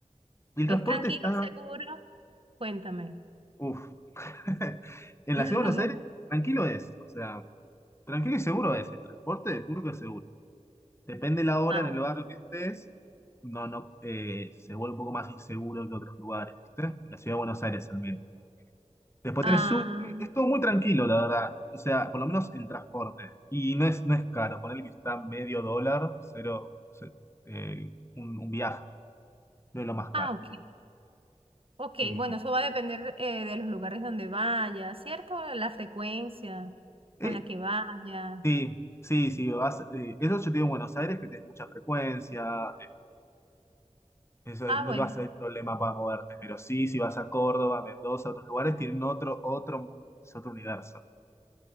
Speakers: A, on the left; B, on the right.
A: Y el
B: ¿es
A: transporte
B: tranquilo,
A: está,
B: seguro? Cuéntame.
A: uff, <laughs> en
B: <laughs>
A: la ciudad de Buenos Aires, tranquilo es, o sea, tranquilo y seguro es, el transporte de público es seguro. Depende la hora
B: Ah,
A: en el barrio que estés, no, no, eh, se vuelve un poco más inseguro que otros lugares, ¿viste? En la ciudad de Buenos Aires al menos. Después
B: ah,
A: tenés subte, es todo muy tranquilo, la verdad. O sea, por lo menos el transporte. Y no es, no es caro, ponele que está medio dólar, cero, ce- eh, un, un viaje, no es lo más caro.
B: ah, ok. Ok,
A: Eh,
B: bueno, eso va a depender eh, de los lugares donde vaya, ¿cierto? La frecuencia
A: eh,
B: con la que vaya.
A: Sí, sí, sí, vas, eh, eso yo te digo en Buenos Aires, que tenés mucha frecuencia, eh, eso
B: Ah,
A: es- no
B: bueno.
A: te vas a tener problema para moverte, pero sí, si vas a Córdoba, Mendoza, otros lugares, tienen otro, otro mundo, es otro universo.